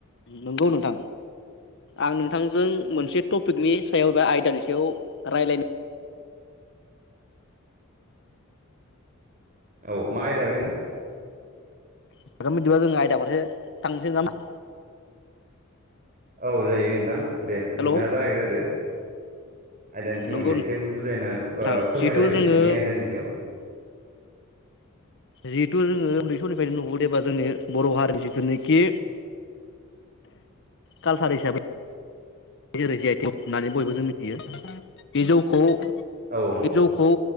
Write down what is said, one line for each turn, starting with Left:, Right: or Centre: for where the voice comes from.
Left: नंगौ नोंथां आं नोंथांजों मोनसे टपिकनि सायाव बा आयदानि सायाव रायज्लायनो।
Right: औ मा आयदा बे नोंथां?
Left: नोंथां बिदिबा जोङो आयदाफोरसे थांनोसै नामा?
Right: औ जायो नोंथां दे
Left: हेल'
Right: नोंथाङा जागायग्रोदो। आयदानि सोमोन्दै
Left: नंगौ
Right: एसे बुजायना
Left: नोंथां
Right: फोरमायलायदो
Left: जिहेथु जोङो
Right: नोंनि आयदानि सायाव।
Left: जिहेथु जोङो उन्दै समनिफ्रायनो नुबोदो बा जोंनि बर' हारि जिथुनो खि कालसार हिसाबै <unintelligible> आइथिं होननानै बयबो जों मिथियो बे जौखौ।
Right: औ नंगौ
Left: बे जौखौ